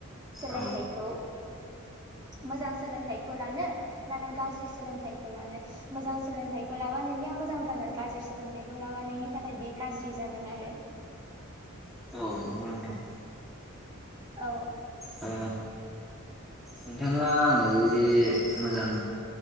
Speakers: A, on the right (about 20°); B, in the centre.
A: सोलोंथाइखौ
B: औ
A: मोजां सोलों थाइखौ लानो, ना, नों गाज्रि, सोलोंथाइखौ लानो, मोजां सोलोंथाइखौ लाबा नोंनिया मोजां जागोन गाज्रि सोलोंथाइखौ लाबा नोंनि थाखाय बे गाज्रि जागोन आरो
B: औ, नंगौ, नोंथां,
A: औ,
B: आ नोंथाङा ओरे मोजां